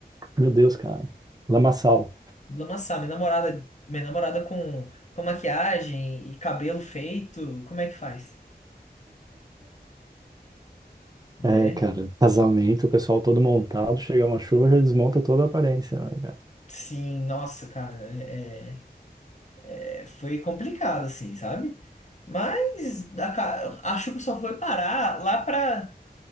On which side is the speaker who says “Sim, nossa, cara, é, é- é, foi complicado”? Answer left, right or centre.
Left